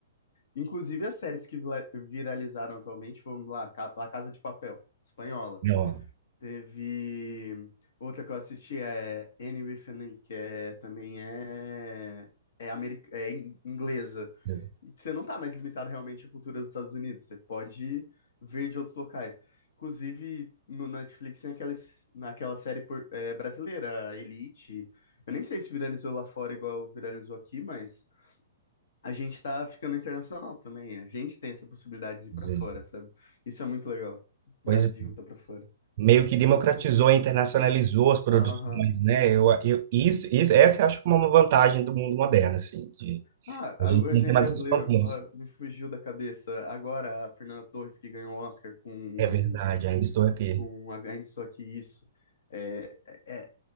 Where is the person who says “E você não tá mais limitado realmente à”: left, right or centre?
Left